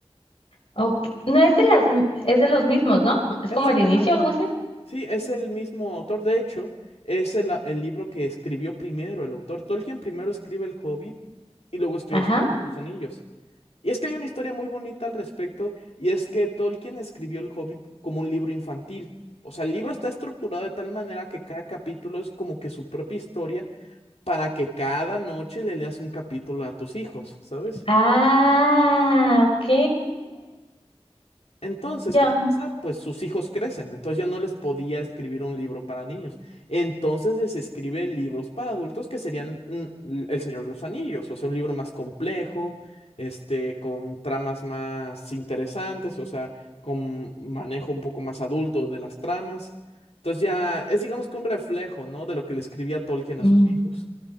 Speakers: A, on the left (about 65°); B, on the left (about 80°).
A: Ok, No es de las, m- es de los mismos, ¿no? Es
B: Es
A: como
B: el-
A: el inicio,
B: ajá,
A: algo así.
B: sí, es el mismo autor. De hecho, es el, el libro que escribió primero el autor. Tolkien primero escribe el Hobbit y luego escribe
A: Ajá.
B: el Señor de los Anillos. Y es que hay una historia muy bonita al respecto, y es que Tolkien escribió el Hobbit como un libro infantil. O sea, el libro está estructurado de tal manera que cada capítulo es como que su propia historia para que cada noche le leas un capítulo a tus hijos, ¿sabes?
A: Ah, ok.
B: Entonces,
A: Ya.
B: ¿qué pasa? Pues sus hijos crecen, entonces ya no les podía escribir un libro para niños. Entonces les escribe libros para adultos que serían mm, El Señor de los Anillos, o sea, un libro más complejo, este, con tramas más interesantes, o sea, con manejo un poco más adulto de las tramas. Entonces ya es digamos que un reflejo, ¿no? De lo que le escribía Tolkien
A: Mm.
B: a sus hijos.